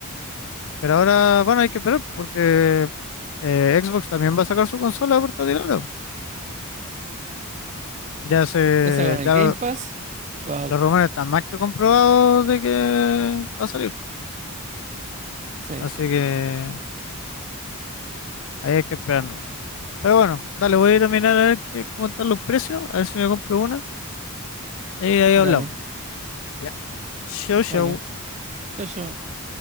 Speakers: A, on the left; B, on the right.
A: Pero ahora, bueno, hay que esperar pues, porque eh, Xbox también va a sacar su consola portátil ahora. Ya se,
B: Esa con el
A: ya
B: Game
A: lo-
B: Pass. God.
A: los rumores están más que comprobados de que va a salir.
B: Sí.
A: Así que Ahí hay que esperar nomás. Pero bueno, dale, voy a ir a mirar a ver qué, cómo están los precios, a ver si me compro una. Y ahí
B: Dale.
A: hablamos. Ya. Chau,
B: Ok.
A: chau.
B: Chao, chao.